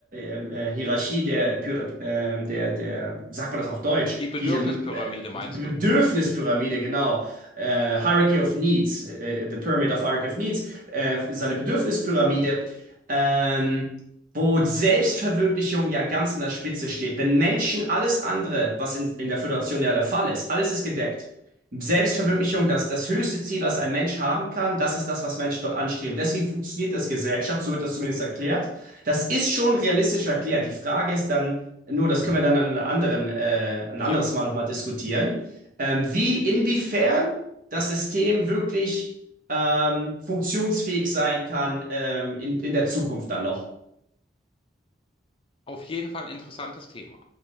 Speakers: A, on the right (about 45°); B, on the left (about 30°).
A: ähm, äh, Hierarchie, der, Py- ähm, der, der, sagt man das auf Deutsch,
B: Die Bedürfnispyramide
A: diese äh,
B: meinst
A: die Bedürfnispyramide,
B: du?
A: genau, äh, Hierarchy of Needs, äh, the Pyramid of Hierarchy of Needs, äh, seine Bedürfnispyramide, ähm, wo Selbstverwirklichung ja ganz an der Spitze steht. Wenn Menschen alles andere, was in, in der Föderation ja der Fall ist, alles ist gedeckt. Selbstverwirklichung, das, das höchste Ziel, was ein Mensch haben kann, das ist das, was Menschen dort anstreben. Deswegen funktioniert das Gesellschaft, so wird das zumindest erklärt. Das ist schon realistisch erklärt. Die Frage ist dann nur, das können wir dann an einem anderen, äh, ein anderes
B: Ja,
A: Mal nochmal diskutieren, ähm, wie, inwiefern das System wirklich ähm, funktionsfähig sein kann ähm, in, in der Zukunft dann noch.
B: auf jeden Fall ein interessantes Thema.